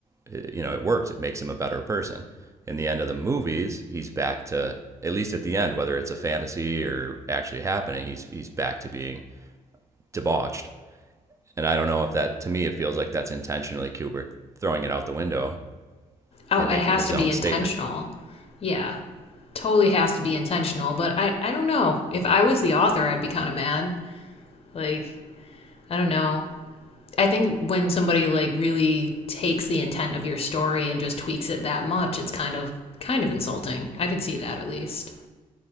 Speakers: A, on the right; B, on the left.
A: It- you know, it works. It makes him a better person. In the end of the movies, he's back to at least at the end, whether it's a fantasy or actually happening, he's he's back to being debauched. And I don't know if that to me it feels like that's intentionally Kubrick throwing it out the window
B: Oh,
A: and
B: it
A: making
B: has
A: his
B: to be
A: own
B: intentional.
A: statement.
B: Yeah, totally has to be intentional. But I, I don't know. If I was the author, I'd be kind of mad. Like, I don't know. I think when somebody like really takes the intent of your story and just tweaks it that much, it's kind of kind of insulting. I could see that at least.